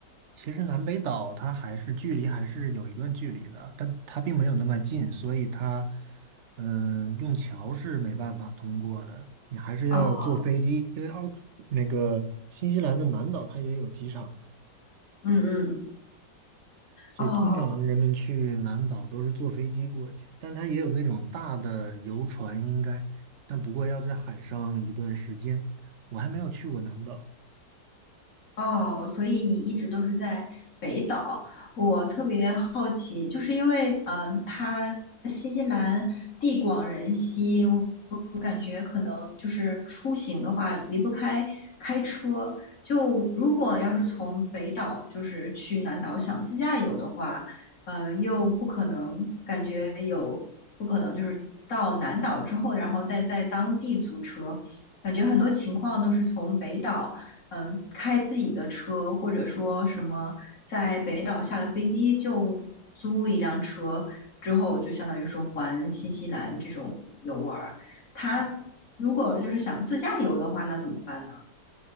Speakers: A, on the right; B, on the left.
A: 其实南北岛它还是距离还是有一段距离的，但它并没有那么近，所以它，嗯、用桥是没办法通过的，你还是要坐飞机，
B: 哦，
A: 因为奥克那个新西兰的南岛它也有机场的，
B: 嗯嗯，
A: 所以通常人们去南岛都是坐飞机过去，
B: 哦。
A: 但它也有那种大的游船应该，但不过要在海上一段时间，我还没有去过南岛。
B: 哦，所以你一直都是在北岛，我特别好奇，就是因为嗯、呃，它新西兰地广人稀，我我感觉可能就是出行的话离不开开车。就如果要是从北岛就是去南岛想自驾游的话，嗯，又不可能感觉有不可能就是到南岛之后，然后再在当地租车，感觉很多情况都是从北岛。嗯、呃开自己的车，或者说什么在北岛下了飞机就租一辆车，之后就相当于说环新西兰这种游玩儿。他如果就是想自驾游的话，那怎么办呢？